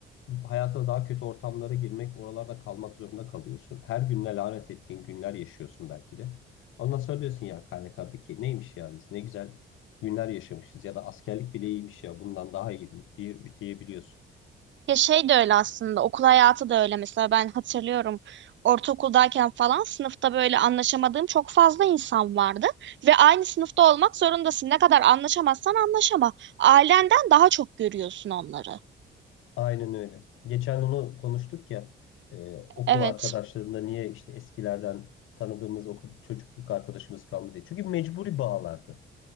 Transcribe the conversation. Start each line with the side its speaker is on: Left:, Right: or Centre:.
Left: Hayata daha kötü ortamlara girmek, oralarda kalmak zorunda kalıyorsun. Her gününe lanet ettiğin günler yaşıyorsun belki de. Ondan sonra diyorsun ya KYK'daki neymiş ya biz ne güzel günler yaşamışız ya da askerlik bile iyiymiş ya bundan daha iyi diye, diyebiliyorsun.
Right: Ya şey de öyle aslında okul hayatı da öyle mesela ben hatırlıyorum ortaokuldayken falan sınıfta böyle anlaşamadığım çok fazla insan vardı ve aynı sınıfta olmak zorundasın ne kadar anlaşamazsan anlaşama ailenden daha çok görüyorsun onları.
Left: Aynen öyle. Geçen onu konuştuk ya e, okul
Right: Evet
Left: arkadaşlarında niye işte eskilerden tanıdığımız okul çocukluk arkadaşımız kalmadı diye. Çünkü mecburi bağlardı.